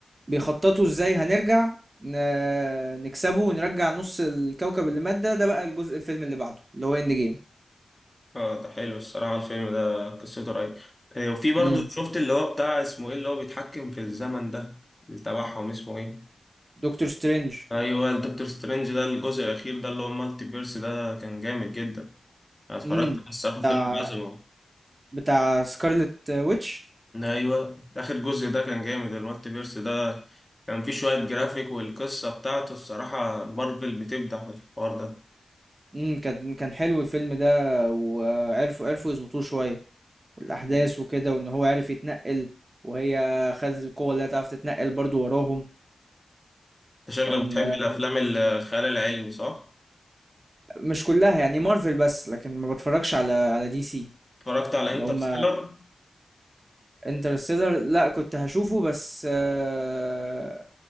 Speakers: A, on the right; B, on the left.
A: بيخططوا ازاي هنرجع ن- نكسبه ونرجع نص الكوكب اللي مات ده ده بقى الجزء الفيلم اللي بعده اللي هو اند جيم
B: اه ده حلو الصراحة الفيلم ده قصته رهيبة آه، وفي برضه
A: امم
B: شفت اللي هو بتاع اسمه ايه اللي هو بيتحكم في الزمن ده اللي تبعهم اسمه ايه
A: دكتور سترينج
B: ايوه الدكتور سترينج ده الجزء الاخير ده اللي هو المالتي بيرس ده كان جامد جدا انا اتفرجت
A: امم
B: على الصراحة
A: بتاع
B: فيلم عظمة
A: بتاع سكارلت ويتش
B: ايوه اخر جزء ده كان جامد المالتي بيرس ده كان فيه شوية جرافيك والقصة بتاعته الصراحة مارفل بتبدع في الحوار ده
A: امم كان كان حلو الفيلم ده وعرفوا عرفوا يظبطوه شويه الاحداث
B: انت
A: وكده وان هو عرف يتنقل وهي خدت القوه اللي هتعرف تتنقل برضو وراهم
B: شكلك
A: كان
B: بتحب الافلام ال- الخيال العلمي صح؟
A: مش كلها يعني مارفل بس لكن ما بتفرجش على على دي سي
B: اتفرجت على
A: اللي
B: انترستيلر
A: هم انترستيلر لا كنت هشوفه بس آه،